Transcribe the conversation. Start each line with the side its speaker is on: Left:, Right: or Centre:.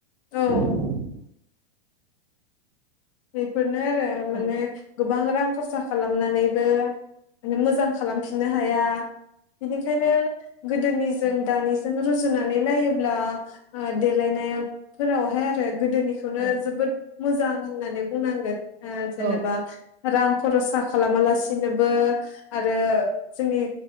Left: औ
Right: <inaudible>
Left: बे नो आरो माने
Right: औ
Left: गोबां रां खरसा खालामनानैबो माने मोजां खालामफिननो हाया । बेनिखायनो गोदोनिजों
Right: औ
Left: दानिजों रुजु रुजुनानै नायोब्ला ओ देलायनाय फोरावहाय आरो गोदोनिखौनो
Right: औ
Left: जोबोद मोजां नानै बुंनांगोन ओ जेनेबा
Right: औ
Left: रां खरसा खालामालासिनोबो आरो जोंनि